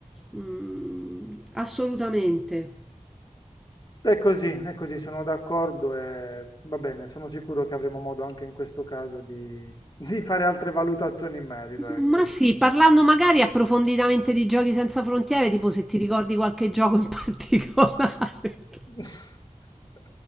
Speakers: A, in the centre; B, on the left.
A: Mm, assolutamente.
B: È così, è così, sono d'accordo e va bene, sono sicuro che avremo modo anche in questo caso di, di fare altre valutazioni in merito, ecco.
A: Ma sì, parlando magari approfonditamente di giochi senza frontiere, tipo se ti ricordi qualche gioco in particolare.
B: <laughs>
A: <laughs>